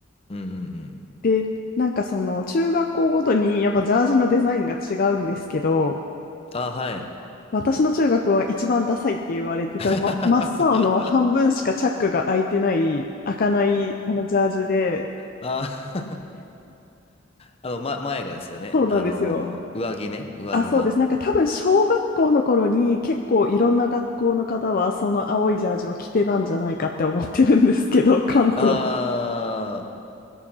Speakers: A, on the left (about 30°); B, on the left (about 50°).
A: うんうんうん。
B: で、なんかその中学校ごとにやっぱジャージのデザインが違うんですけど、
A: あ、はい。
B: 私の中学は一番ダサいって言われてた、
A: <laughs>
B: ま、真っ青の半分しかチャックが開いてない、開かないあのジャージで、
A: あーあの、ま、前がですよね。
B: そうなんですよ。
A: あのー上着ね。上着が。
B: あ、そうです。なんか多分小学校の頃に結構いろんな学校の方はその青いジャージを着てたんじゃないかって思ってるんですけど、関東。
A: あー、